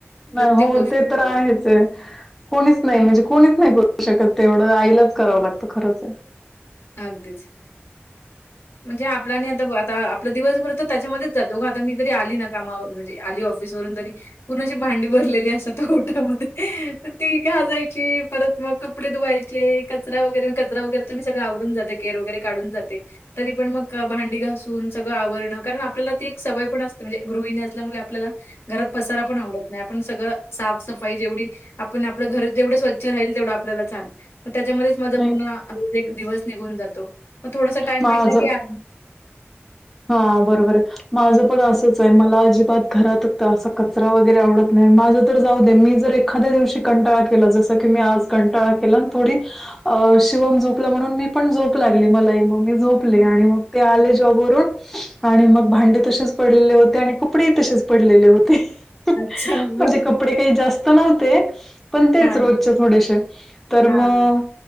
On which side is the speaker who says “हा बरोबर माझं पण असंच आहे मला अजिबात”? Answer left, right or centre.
Centre